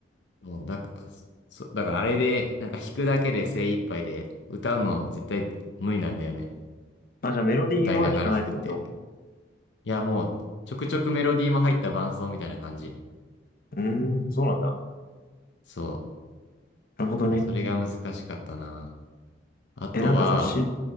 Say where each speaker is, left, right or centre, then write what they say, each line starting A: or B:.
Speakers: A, on the left (about 80°); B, on the left (about 55°).
A: もう、だから、そ、だからあれで、なんか弾くだけで精一杯で、歌うの絶対無理なんだよね。
B: あ、じゃあメロディーは弾かないってこと
A: 歌いながら弾くって。いや、もう、ちょくちょくメロディーも入った伴奏みたいな感じ。
B: うーん、そうなんだ。
A: そう。
B: なるほどね。
A: まあ、それが難しかったな。あとは、
B: え、なんかさ、し、